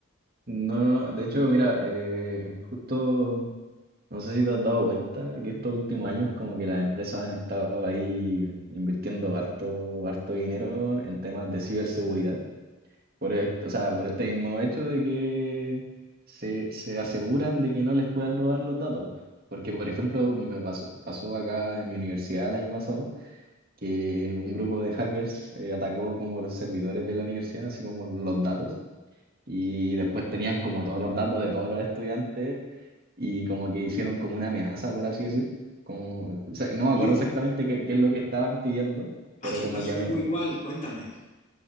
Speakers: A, on the right (about 50°); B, on the left (about 40°).
A: No, no, no. De hecho, mira, eh, justo, no sé si te has dado cuenta que estos últimos años como que las empresas han estado ahí invirtiendo harto, harto dinero en temas de ciberseguridad, por esto, o sea, por este mismo hecho de que se, se aseguran de que no les puedan robar los datos. Porque, por ejemplo, me pasó, pasó acá en mi universidad el año pasado que un grupo de hackers eh, atacó como los servidores de la universidad, así como los datos. Y después tenían como todos los datos de todos los estudiantes y como que hicieron como una amenaza, por así decir. Como, o sea, no me
B: Y
A: acuerdo exactamente qué, qué es lo que estaban pidiendo, pero
B: aquí
A: como
B: pasó
A: que amenazaron.
B: algo igual, cuéntame.